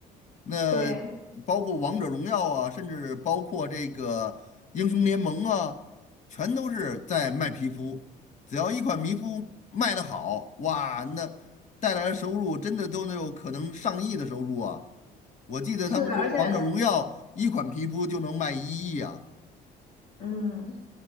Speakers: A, on the left; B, on the left.
A: 那
B: 对，
A: 包括王者荣耀啊，甚至包括这个英雄联盟啊，全都是在卖皮肤。只要一款皮肤卖得好，哇，那带来的收入真的都能有可能上亿的收入啊！我记得他们说王者荣耀一款皮肤就能卖一亿啊。
B: 是，而且嗯，